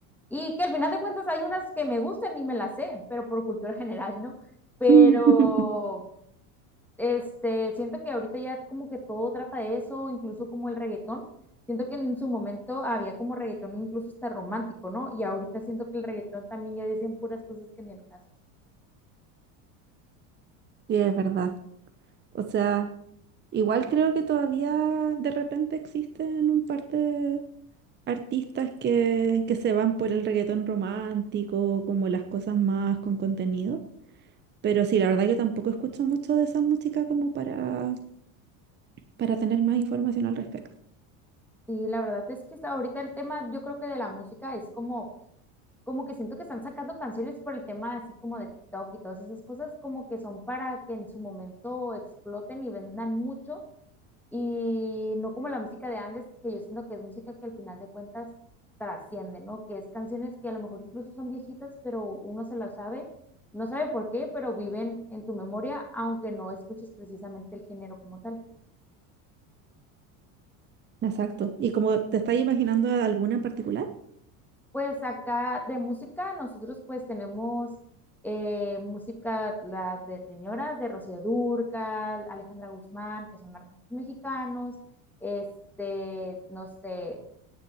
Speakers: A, in the centre; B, on the right.
A: y que al final de cuentas hay unas que me gustan y me las sé, pero por cultura <laughs> general, ¿no?
B: <laughs>
A: Pero...
B: Ujú.
A: Este, siento que ahorita ya como que todo trata de eso, incluso como el reggaetón. Siento que en su momento había como reggaetón incluso hasta romántico, ¿no? Y ahorita siento que el reggaetón también ya dicen puras cosas que en el caso.
B: Sí, es verdad. O sea, igual creo que todavía de repente existen un par de artistas que, que se van por el reggaetón romántico, como las cosas más con contenido. Pero sí, la verdad que tampoco escucho mucho de esa música como para, para tener más información al respecto.
A: Sí, la verdad es que hasta ahorita el tema, yo creo que de la música es como, como que siento que están sacando canciones por el tema así como de TikTok y todas esas cosas, como que son para que en su momento exploten y vendan mucho Y no como la música de antes, que yo siento que es música que al final de cuentas trasciende, ¿no? Que es canciones que a lo mejor incluso son viejitas, pero uno se las sabe, no sabe por qué, pero viven en tu memoria, aunque no escuches precisamente el género como tal.
B: Exacto. ¿Y como te estás imaginando alguna en particular?
A: Pues acá de música, nosotros pues tenemos eh, música la de señoras, de Rocío Dúrcal, Alejandra Guzmán, que son artistas mexicanos, este, no sé,